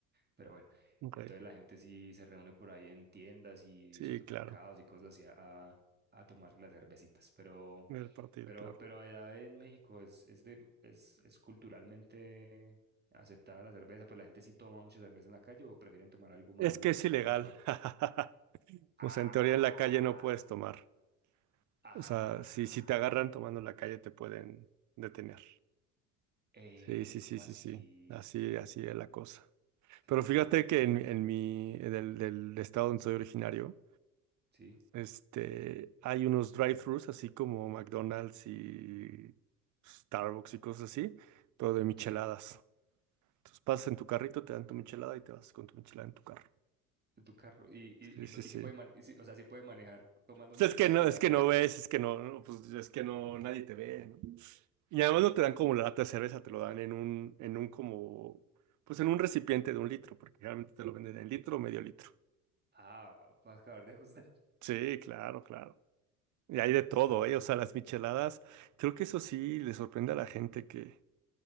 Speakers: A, on the right (about 20°); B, on the right (about 40°).
A: Pero bueno,
B: ok.
A: entonces la gente sí se reúne por ahí en tiendas y
B: Sí,
A: supermercados
B: claro.
A: y cosas así a, a a tomar las cervecitas. Pero.
B: En El partido,
A: Pero,
B: claro.
A: pero allá en México es, es de, es, es culturalmente aceptada la cerveza, pues la gente sí toma mucha cerveza en la calle o prefieren tomar algo más,
B: Es que es ilegal.
A: más fuerte.
B: <laughs>
A: Ah,
B: O sea, en teoría en la calle no puedes tomar.
A: ah,
B: O sea, si, si te agarran tomando en la calle, te pueden detener.
A: eh,
B: Sí, sí,
A: ¿cómo
B: sí, sí,
A: así?
B: sí. Así,
A: ¿Qué,
B: así es la cosa.
A: qué,
B: Pero
A: pe-
B: fíjate que en, en mi, del del estado donde soy originario,
A: Sí,
B: este, hay unos drive-thrus, así como McDonald's y Starbucks y cosas así, pero de micheladas.
A: sí,
B: Entonces pasas en tu carrito, te dan tu michelada y te vas con tu michelada en tu carro.
A: en tu carro. Y, y,
B: Sí,
A: y,
B: sí, sí.
A: y sí puede man- y sí, o sea, sí puede manejar tomando
B: Pues
A: <laughs> michelada,
B: es que no, es que
A: pero.
B: no ves, es que no, no, pues es que no, nadie te ve, ¿no? Y además no te dan como la lata de cerveza, te lo dan en un, en un como, pues en un recipiente de un litro, porque generalmente te lo venden en litro o medio litro.
A: Ah, para acabar de ajustar.
B: Sí, claro, claro. Y hay de todo,
A: Ah, bueno.
B: ¿eh? O sea, las micheladas, creo que eso sí le sorprende a la gente que,